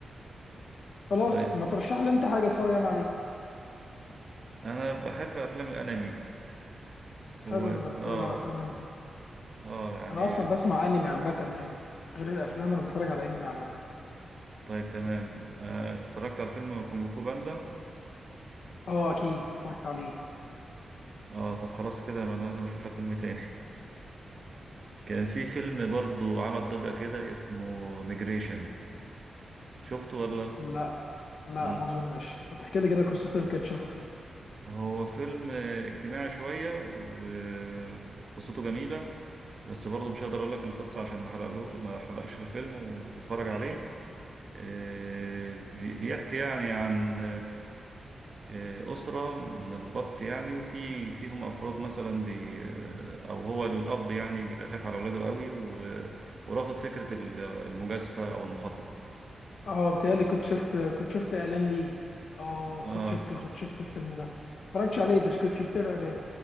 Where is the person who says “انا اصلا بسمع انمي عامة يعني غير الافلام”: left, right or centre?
Left